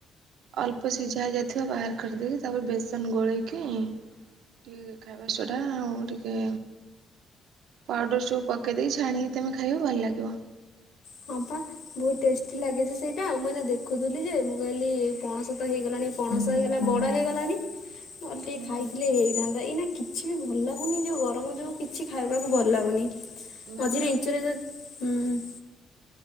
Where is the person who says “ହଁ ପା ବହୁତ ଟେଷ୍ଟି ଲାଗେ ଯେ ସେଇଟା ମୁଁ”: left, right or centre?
Left